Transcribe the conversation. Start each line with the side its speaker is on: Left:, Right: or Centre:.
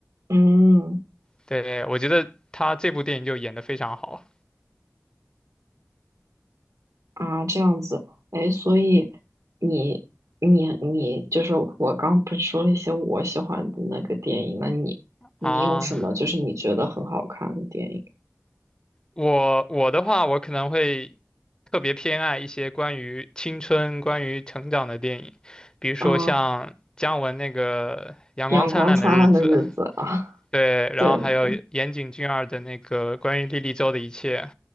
Right: 嗯嗯
Left: 对，我觉得他这部电影就演得非常好
Right: 啊，这样子，哎，所以你你你就是我刚不是说了一些我喜欢的那个电影，那你你有什么就是你觉得很好看的电影
Left: 啊。我我的话，我可能会特别偏爱一些关于青春、关于成长的电影，比如说像姜文那个《阳光灿烂的日子》，
Right: 啊？阳光灿烂的日子》啊，<laughs>
Left: 对，然后还有岩井俊二的那个关于莉莉周的一切
Right: 对。